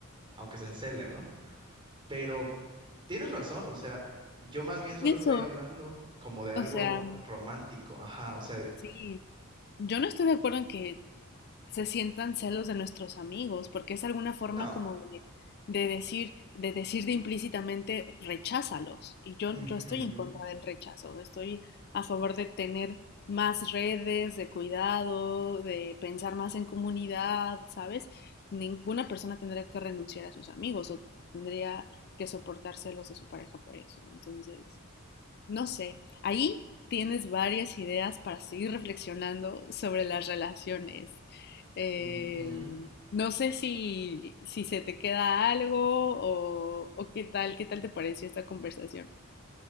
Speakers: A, on the right; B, on the left.
A: aunque se encele, ¿no? Pero tienes razón, o sea, yo más bien solo
B: Y Eso,
A: estoy hablando como de algo
B: o sea,
A: romántico, ajá, o sea,
B: sí. Yo no estoy de acuerdo en que se sientan celos de nuestros amigos, porque es alguna forma
A: no.
B: como de, de decir, de decir de implícitamente, recházalos. Y yo,
A: Ujú,
B: yo estoy en contra del rechazo, estoy a favor de tener más redes, de cuidado, de pensar más en comunidad, ¿sabes? Ninguna persona tendría que renunciar a sus amigos o tendría que soportar celos de su pareja por eso. Entonces, no sé, ahí tienes varias ideas para seguir reflexionando sobre las relaciones. Eh,
A: ujú, ujú.
B: no sé si, si se te queda algo o, o qué tal, qué tal te pareció esta conversación.